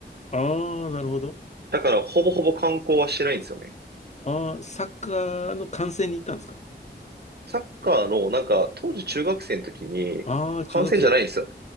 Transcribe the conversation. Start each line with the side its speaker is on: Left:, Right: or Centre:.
Left: ああ、なるほど。
Right: だから、ほぼほぼ観光はしてないんですよね。
Left: ああ、サッカーの観戦に行ったんですか
Right: サッカーの、なんか、当時中学生の時に、
Left: ああー、
Right: 観戦じゃないんですよ。
Left: 中学生。